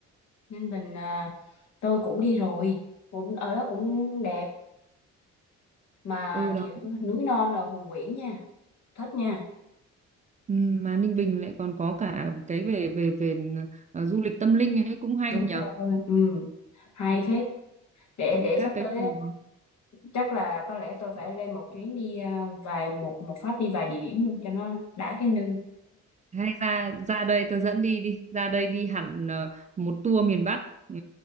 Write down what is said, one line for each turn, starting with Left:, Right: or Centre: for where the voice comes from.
Left: Ninh Bình à, tôi cũng đi rồi cũng ở đó cũng đẹp mà
Right: Ừ đó.
Left: kiểu núi non rồi hùng vĩ nha thích nha
Right: Ừ, mà Ninh Bình lại còn có cả cái về về về ờ, du lịch tâm linh ấy cũng hay
Left: đúng
Right: nhở.
Left: rồi ừ hay
Right: Ừ,
Left: phết để
Right: Đi
Left: để
Right: các
Left: sắp
Right: cái
Left: tới
Right: chùa.
Left: chắc là có lẽ tôi phải lên một chuyến đi à, vài một một phát đi vài địa điểm luôn cho nó đã cái nư
Right: hay ra ra đây tôi dẫn đi đi, ra đây đi hẳn ờ, một tour miền Bắc. Ừ,